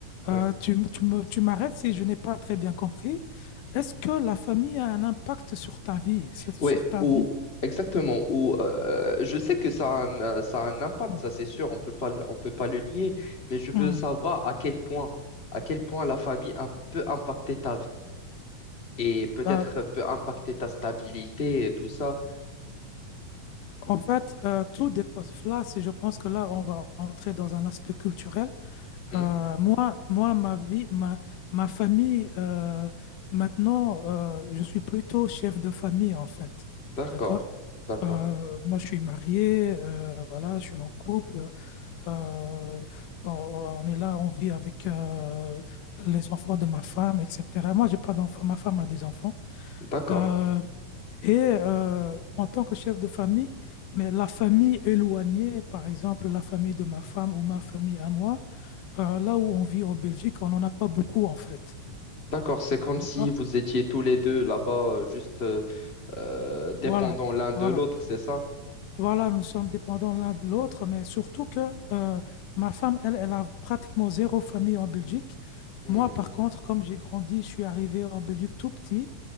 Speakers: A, on the left; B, on the left.
A: Ouais.
B: Euh, tu, m- tu me, tu m'arrêtes si je n'ai pas très bien compris. Est-ce que la famille a un impact sur ta vie, sur, sur
A: Ouais,
B: ta
A: ou
B: vie?
A: exactement. Ou euh, je sais que ça a un, euh, ça a un impact,
B: Mm.
A: ça c'est sûr. On peut pas, le- on peut pas le nier. Mais je veux
B: Mm.
A: savoir à quel point, à quel point la famille un- peut impacter ta vie et peut-être
B: Euh,
A: peut impacter ta stabilité et tout ça.
B: En fait, euh, tout dépasse là. c'est- Je pense que là, on va entrer dans un aspect culturel.
A: Hmm,
B: Euh, moi, moi, ma vie, ma, ma famille, euh, maintenant, euh, je suis plutôt chef de famille, en fait.
A: D'accord,
B: D'accord?
A: d'accord,
B: Euh, moi, je suis marié, euh, voilà, je suis en couple. euh, on, on est là, on vit avec euh, les enfants de ma femme, etc. Moi, j'ai pas d'enfants, ma femme a des enfants.
A: d'accord,
B: Euh, et euh, en tant que chef de famille, mais la famille éloignée, par exemple la famille de ma femme ou ma famille à moi, euh, là où on vit en Belgique, on n'en a pas beaucoup en fait.
A: d'accord. C'est comme
B: D'accord?
A: si vous étiez tous les deux là-bas, euh, juste euh, euh,
B: Voilà,
A: dépendants l'un de
B: voilà.
A: l'autre, c'est ça?
B: Voilà, nous sommes dépendants l'un de l'autre, mais surtout que euh, ma femme, elle, elle a pratiquement zéro famille en Belgique.
A: Hmm,
B: Moi, par contre, comme j'ai grandi, je suis arrivé en Belgique tout petit.